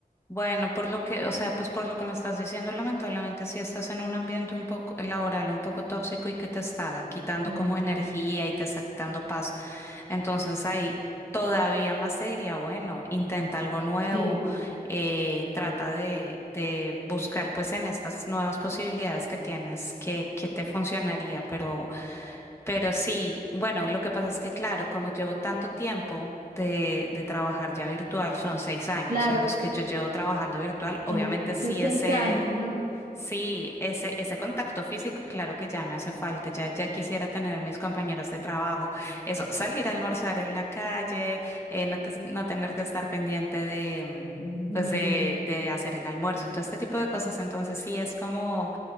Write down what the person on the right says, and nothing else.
Mm,
sí,
claro,
dijiste
seis
años, ¿no?
Ujú.